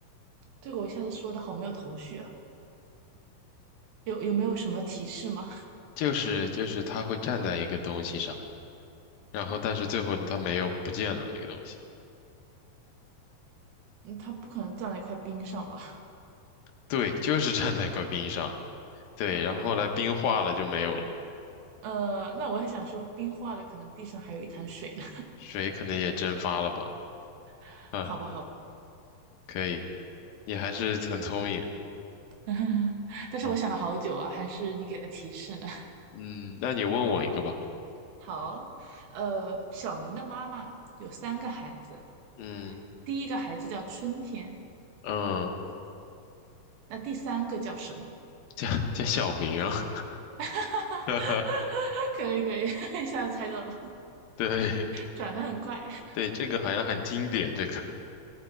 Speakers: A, on the right; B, on the left.
A: 这个我一下子说的好没有头绪啊，有有没有什么提示吗？
B: 就是就是他会站在一个东西上。然后但是最后它没有不见了那个东西，
A: <laughs> 嗯，他不可能站在一块冰上吧？
B: 对，就是站在块冰上，对，然后后来冰化了就没有了，
A: 呃，那我还想说冰化了，可能地上还有一潭水呢。
B: 水可能也蒸发了吧，
A: <laughs>
B: 啊，
A: 好吧，好吧，
B: 可以，你还是很聪明
A: <laughs> 但是我想了好久啊，
B: 啊，
A: 还是你给的提示呢。
B: 嗯，那你问我一个吧，
A: <laughs> 好，呃，小明的妈妈有三个孩子，
B: 嗯
A: 第一个孩子叫春天，
B: 嗯，
A: 那第三个叫什么？
B: 叫叫小明啊，<laughs>
A: <laughs>
B: 哈哈
A: 可以可以，<laughs> 一下子猜到了，
B: 对
A: 转的很快，
B: 对，这个好像很经典，这个，